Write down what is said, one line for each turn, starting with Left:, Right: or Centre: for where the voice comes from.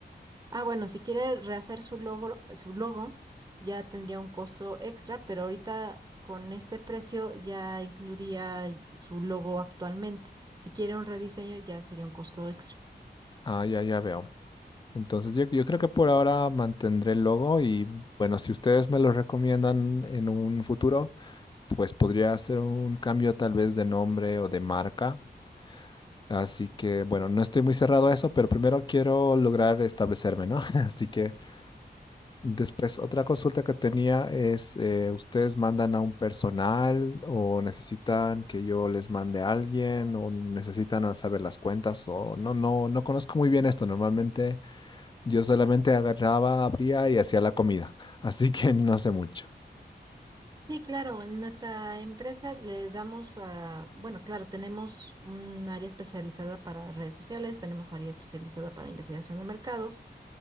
Right: Ah, bueno, si quiere rehacer su logro, su logo, ya tendría un costo extra, pero ahorita con este precio ya incluiría su logo actualmente. Si quiere un rediseño, ya sería un costo extra.
Left: Ah, ya, ya veo. Entonces yo, yo creo que por ahora mantendré el logo y bueno, si ustedes me lo recomiendan en un futuro, pues podría hacer un cambio tal vez de nombre o de marca. Así que bueno, no estoy muy cerrado a eso, pero primero quiero lograr establecerme, ¿no? <laughs> Así que después otra consulta que tenía es, eh, ¿ustedes mandan a un personal o necesitan que yo les mande a alguien o necesitan saber las cuentas o no, no, no conozco muy bien esto normalmente. Yo solamente agarraba, abría y hacía la comida, <laughs> así que no sé mucho.
Right: Sí, claro, en nuestra empresa le damos a, bueno, claro, tenemos un área especializada para redes sociales, tenemos área especializada para investigación de mercados.